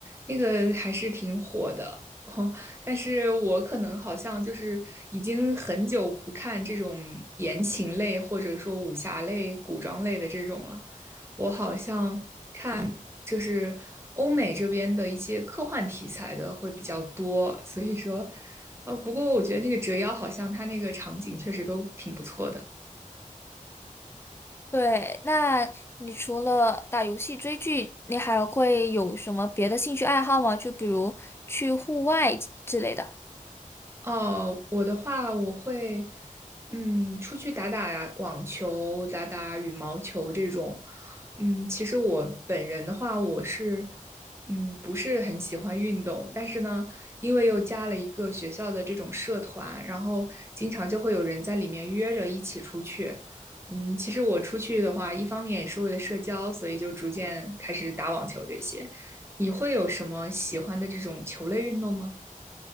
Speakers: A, on the right; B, on the left.
A: 那个还是挺火的，<laughs> 但是我可能好像就是已经很久不看这种言情类或者说武侠类、古装类的这种了。我好像就是欧美这边的一些科幻题材的会比较多，所以说，呃，不过我觉得那个折腰好像它那个场景确实都挺不错的。
B: 对，那你除了打游戏、追剧，你还会有什么别的兴趣爱好吗？就比如去户外之之类的。
A: 哦，我的话，我会，嗯，出去打打网球、打打羽毛球这种。嗯，其实我本人的话，我是，嗯，不是很喜欢运动，但是呢，因为又加了一个学校的这种社团，然后经常就会有人在里面约着一起出去。嗯，其实我出去的话，一方面也是为了社交，所以就逐渐开始打网球这些。你会有什么喜欢的这种球类运动吗？